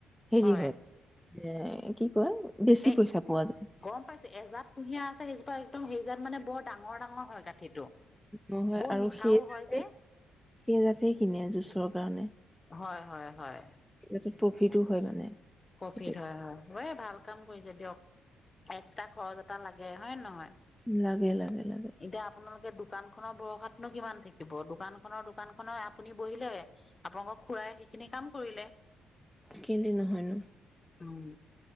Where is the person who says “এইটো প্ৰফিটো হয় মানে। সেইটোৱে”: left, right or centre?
Centre